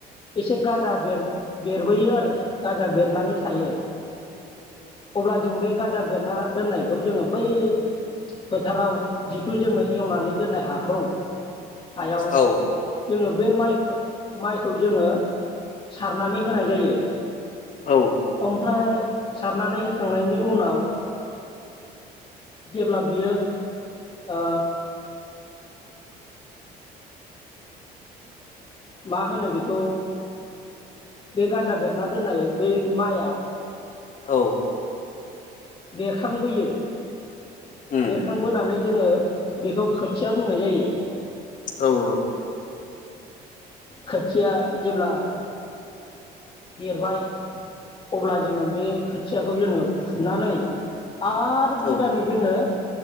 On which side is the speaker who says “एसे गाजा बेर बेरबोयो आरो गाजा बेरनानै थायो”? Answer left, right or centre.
Left